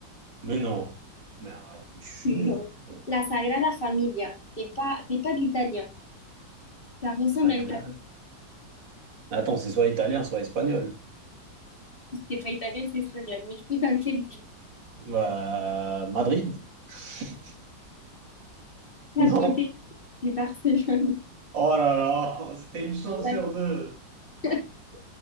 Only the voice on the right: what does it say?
Mais non. Mais arrête, je suis
nul. en fait. Bon.
Enfin
que-
Attends, c'est soit italien, soit espagnol.
Euh, Madrid? <laughs>
Non.
Oh là là, c'était une chance
sur
deux.